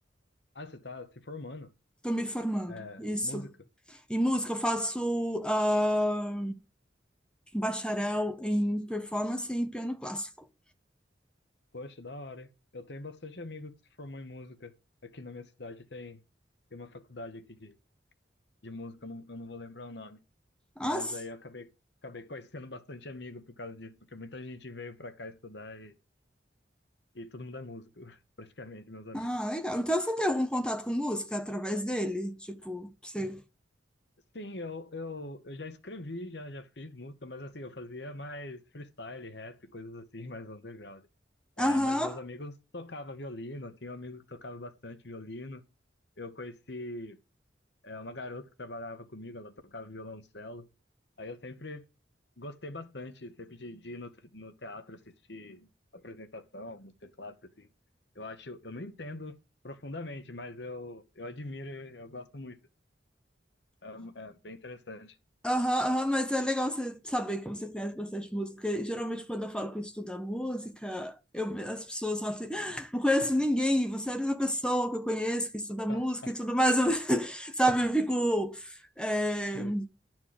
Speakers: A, on the left; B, in the centre.
A: Ah, você tá se formando.
B: Estou me formando.
A: É,
B: Isso.
A: música.
B: Em música, eu faço ah, bacharel em performance e em piano clássico.
A: Poxa, da hora, hein? Eu tenho bastante amigo que se formou em música. Aqui na minha cidade tem, tem uma faculdade aqui de, de música, eu não, eu não vou lembrar o nome.
B: Ah,
A: Mas
B: s-
A: aí eu acabei, acabei conhecendo bastante amigo por causa disso, porque muita gente veio pra cá estudar E todo mundo é músico, <laughs> praticamente, meus amigos.
B: ah, legal. Então, você tem algum contato com música através dele? Tipo, você...
A: Sim, eu, eu, eu já escrevi, já, já fiz música, mas assim, eu fazia mais freestyle, rap, coisas assim, <laughs> mais underground. É,
B: Aham.
A: mas meus amigos tocavam violino, eu tinha um amigo que tocava bastante violino. Eu conheci, é, uma garota que trabalhava comigo, ela tocava violoncelo. Aí eu sempre gostei bastante, sempre de, de ir no, te- no teatro assistir apresentação, música clássica, assim. Eu acho, eu não entendo profundamente, mas eu, eu admiro, e eu gosto muito. É, mu- é bem interessante.
B: Aham, aham, mas é legal você saber que você conhece bastante música, porque geralmente quando eu falo que estuda música, eu, as pessoas falam assim, "Ah, não conheço ninguém, você é a única pessoa que eu conheço que estuda música
A: Ah,
B: e tudo mais, Eu- <laughs> sabe, eu fico... é,
A: sim,